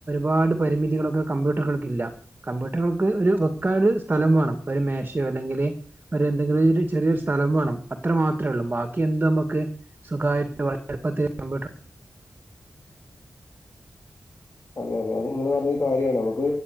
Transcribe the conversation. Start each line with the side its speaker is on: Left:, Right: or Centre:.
Right: ഒരുപാട് പരിമിതികളൊക്കെ കമ്പ്യൂട്ടറുകൾക്കില്ല കമ്പ്യൂട്ടറുകൾക്ക് ഒരു വെക്കാനൊരു സ്ഥലം വേണം ഒരു മേശോ അല്ലെങ്കില് ഒര് എന്തെങ്കിലൊരു ചെറിയൊരു സ്ഥലം വാണം അത്ര മാത്രെ ഉള്ളൂ ബാക്കി എന്തു മക്ക് സ്വൊ <unintelligible> കഴിഞ്ഞാല്.
Left: അതെ അതെ അത് നിങ്ങള് പറഞ്ഞതു കാര്യാണ് നമുക്ക്